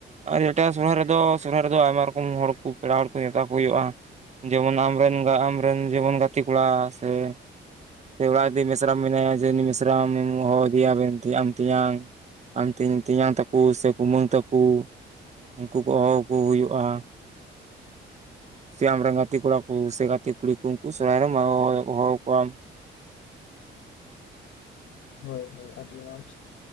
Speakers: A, on the right; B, on the left.
A: ᱟᱨ ᱮᱴᱟᱜ ᱥᱚᱨᱦᱟᱭ ᱨᱮᱫᱚ ᱥᱚᱨᱦᱟᱭ ᱨᱮᱫᱚ ᱟᱭᱢᱟ ᱨᱚᱠᱚᱢ ᱦᱚᱲ ᱠᱚ ᱯᱮᱲᱟ ᱦᱚᱲ ᱠᱚ ᱱᱮᱣᱛᱟ ᱠᱚ ᱦᱩᱭᱩᱜᱼᱟ ᱾ ᱡᱮᱢᱚᱱ ᱟᱢ ᱨᱮᱱ ᱟᱢ ᱨᱮᱱ ᱡᱮᱢᱚᱱ ᱜᱟᱛᱮ ᱠᱚᱲᱟ ᱥᱮ, ᱥᱮ ᱚᱲᱟᱜᱤ ᱢᱮᱤᱥᱨᱟᱟᱢ ᱢᱮᱱᱟᱭᱟ ᱡᱮ ᱩᱱᱤ ᱢᱤᱥᱨᱟᱟᱢ ᱦᱚᱦᱚ ᱟᱫᱮᱭᱟ ᱢᱮᱱ ᱛᱮ ᱟᱢ ᱛᱮᱧᱟᱝ, ᱟᱢ ᱛᱮᱧᱟᱝ ᱛᱟᱠᱚ ᱥᱮ ᱠᱩᱢᱟᱹᱝ ᱛᱟᱠᱚ ᱩᱱᱠᱩ ᱠᱚ ᱦᱚᱦᱚᱣᱟᱠᱚ ᱦᱩᱭᱩᱜᱼᱟ ᱾ ᱥᱮ ᱟᱢᱨᱮᱱ ᱜᱟᱛᱮ ᱠᱚᱲᱟ ᱠᱚ ᱥᱮ ᱜᱟᱛᱮ ᱠᱩᱲᱤ ᱠᱚ ᱩᱱᱠᱩ ᱥᱚᱨᱦᱟᱭ ᱨᱮ ᱦᱚᱦᱚᱣᱟ ᱠᱚᱣᱟᱢ ᱾
B: ᱦᱳᱭ ᱦᱳᱭ ᱟᱹᱰᱤ ᱢᱚᱸᱡᱽ